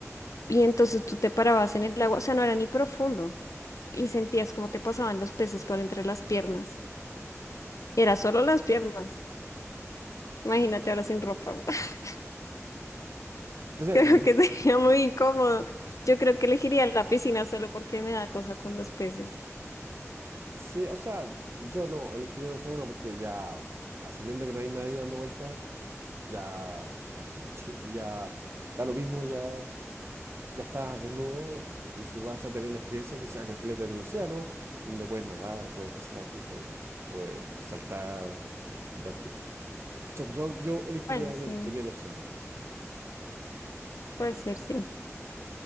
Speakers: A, on the left; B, on the right.
A: Y entonces tú te parabas en el agua, o sea, no era ni profundo y sentías como te pasaban los peces por entre las piernas. Era solo las piernas. Imagínate ahora sin ropa. <laughs>
B: Entonces,
A: Creo
B: mm,
A: que sería muy incómodo. Yo creo que elegiría la piscina solo porque me da cosa con los peces.
B: sí, o sea, yo no elegiría el océano porque ya asumiendo que no hay nadie dando vueltas ya, <laughs> ya da lo mismo, ya, ya estás desnudo y si vas a tener la experiencia que sea completa en el océano, donde puedes nadar, puedes pasar distinto, puedes saltar, darte. Pucha, pues, yo yo elegiría
A: Bueno,
B: en
A: sí,
B: el, en el océano.
A: puede ser, sí.